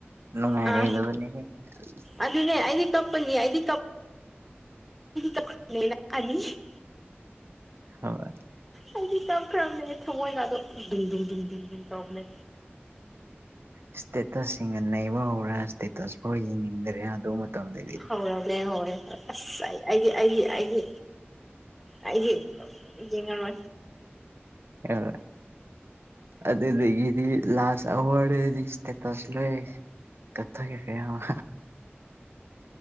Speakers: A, on the right; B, in the centre.
A: ꯅꯨꯡꯉꯥꯏꯔꯣꯏꯗꯕꯅꯤ
B: ꯑꯥ
A: ꯍꯦ ꯑꯁ
B: ꯑꯗꯨꯅꯦ ꯑꯩꯗꯤ ꯀꯞꯄꯅꯤ ꯑꯩꯗꯤ ꯀꯞ <unintelligible>
A: ꯑꯥ ꯍꯣꯏ
B: ꯑꯩꯗꯤ ꯀꯞꯈ꯭ꯔꯕꯅꯦ ꯊꯃꯣꯏꯒꯗꯣ ꯇꯨꯡ ꯇꯨꯡ ꯇꯧꯕꯅꯦ
A: ꯏꯁꯇꯦꯇꯁꯁꯤꯡꯅ ꯅꯩꯕ ꯍꯧꯔꯦ ꯏꯁꯇꯦꯇꯁ ꯐꯥꯎ ꯌꯦꯡꯅꯤꯡꯗ꯭ꯔꯦ ꯑꯗꯨ ꯃꯇꯝꯗꯗꯤ
B: ꯍꯧꯔꯕꯅꯦ ꯍꯣꯏ ꯍꯣꯏ ꯑꯁ ꯑꯩ ꯑꯩꯗꯤ ꯑꯩꯗꯤ ꯑꯩꯗꯤ ꯑꯩꯗꯤ ꯌꯦꯡꯉꯔꯣ
A: ꯑꯣꯏ ꯑꯗꯨꯗꯒꯤꯗꯤ ꯂꯥꯁ ꯑꯋꯔꯗꯗꯤ ꯏꯁꯇꯦꯇꯁ ꯂꯣꯏ ꯀꯛꯊꯠꯈꯔꯦ ꯍꯥꯏ ꯑꯃ